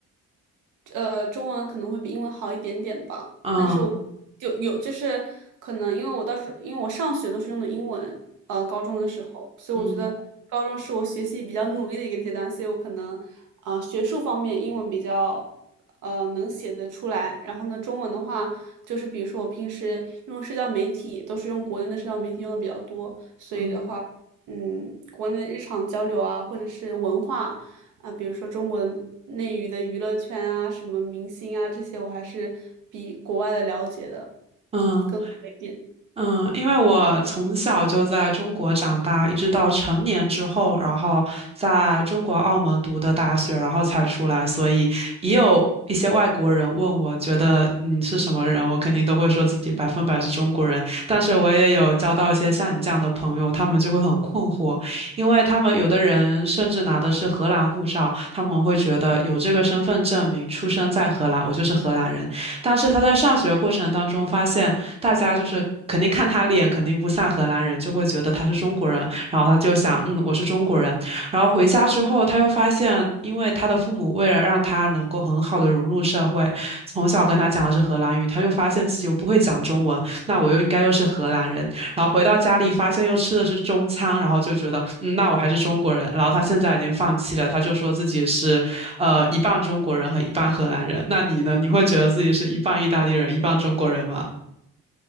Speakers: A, on the right; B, on the right.
A: 呃，中文可能会比英文好一点点吧，
B: 嗯
A: 但是我就有就是可能因为我当时因为我上学都是用的英文，呃，高中的时候，所以我觉得高中是我学习比较努力的一个阶段，
B: 嗯
A: 所以我可能啊、呃学术方面英文比较呃能写得出来，然后呢，中文的话就是比如说我平时用社交媒体都是用国内的社交媒体用的比较多，所以的话，
B: 嗯
A: 嗯，国内日常交流啊，或者是文化。啊，比如说中国的内娱的娱乐圈啊，什么明星啊这些，我还是比国外的了解的
B: 嗯。
A: 一点。
B: 嗯，因为我从小就在中国长大，一直到成年之后，然后在中国澳门读的大学，然后才出来，所以也有一些外国人问我，觉得你是什么人，我肯定都会说自己百分百是中国人。但是我也有交到一些像你这样的朋友，他们就会很困惑，因为他们有的人甚至拿的是荷兰护照，他们会觉得有这个身份证明，出生在荷兰，我就是荷兰人。但是他在上学过程当中发现。大家就是肯定看他脸，肯定不像荷兰人，就会觉得他是中国人，然后他就想，嗯，我是中国人。然后回家之后，他又发现，因为他的父母为了让他能够很好的融入社会，从小跟他讲的是荷兰语，他又发现自己又不会讲中文，那我又应该又是荷兰人。然后回到家里，发现又吃的是中餐，然后就觉得，嗯，那我还是中国人。然后他现在已经放弃了，他就说自己是，呃，一半中国人和一半荷兰人。那你呢？你会觉得自己是一半意大利人，一半中国人吗？